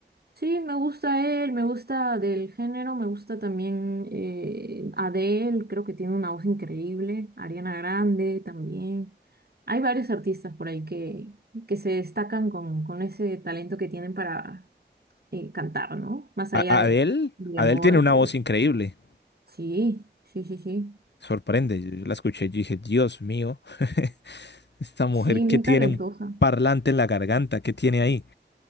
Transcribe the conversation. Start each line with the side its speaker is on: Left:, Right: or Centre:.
Right: sí, me gusta él, me gusta del género, me gusta también eh, Adele, creo que tiene una voz increíble, Ariana Grande también. Hay varios artistas por ahí que, que se destacan con, con ese talento que tienen para eh, cantar, ¿no? Más
Left: A,
Right: allá
Left: a
Right: de,
Left: Adele,
Right: de la
Left: Adele
Right: moda
Left: tiene
Right: y
Left: una
Right: todo.
Left: voz
Right: eso.
Left: increíble.
Right: Sí, sí, sí, sí.
Left: Sorprende. Yo la escuché y dije, Dios mío. <laughs> Esta mujer
Right: Sí,
Left: que
Right: muy
Left: tiene
Right: talentosa.
Left: un parlante en la garganta, ¿qué tiene ahí?